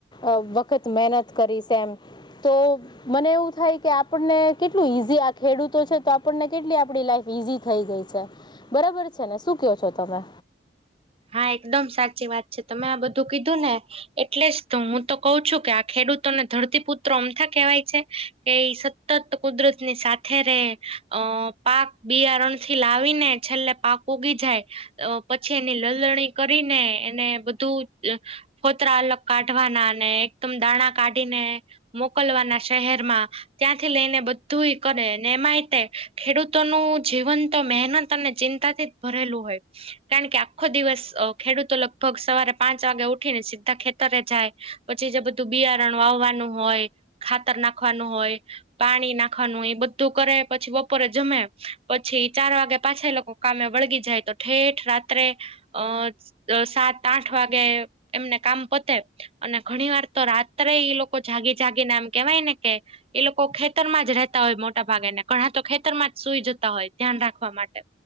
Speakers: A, on the left (about 25°); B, on the right (about 30°).
A: અહ વખત મહેનત કરીશ એમ તો મને એવું થાય કે આપણને કેટલું ઈઝી આ ખેડૂતો છે તો આપણને કેટલી આપડી લાઈફ ઈઝી થઈ ગઈ છે બરાબર છે ને શું ક્યો છો તમે?
B: હા, એકદમ સાચી વાત છે. તમે આ બધું કીધું ને એટલે જ તો હું તો કહું છું કે આ ખેડૂતોને ધરતીપુત્રો અમથા કહેવાય છે કે ઈ સ તત કુદરતની સાથે રહે અહ પાક બિયારણથી લાવીને છેલ્લે પાક ઉગી જાય અહ પછી એની લલણી કરીને બધું અહ ફોતરા અલગ કાઢવાના અને એકદમ દાણા કાઢીને મોકલવાના શહેરમાં ત્યાંથી લઈને બધ્ધું એ કરે અને એમાંએ તે ખેડૂતોનું જીવન તો મહેનત અને ચિં તા થીજ ભરેલું કારણ કે આ ખો દિવસ અહ ખેડૂતો લગભગ સવારે પાંચ વાગે ઉઠીને સિધ્ધા ખેતરે જાય પછી જે બધું બિયારણ વાવવાનું હોય ખાતર નાખવાનું હોય પાણી નાખવાનું એ બધું કરે પછી બપોરે જમે પછી ચાર વાગે પાછા એ લોકો કામે વળગી જાય તો ઠેઠ રાત્રે અહ અહ સાત આઠ વાગે એમને કામ પતે અને ઘણી વાર તો રાત્રે ઈ લોકો જાગી જાગી ને આમ કેવાય ને કે એ લોકો ખેતરમાં જ રહેતા હોય મોટા ભાગે ને ઘણાં તો ખેતરમાં જ સુઈ જતા હોય ધ્યાન રાખવા માટે.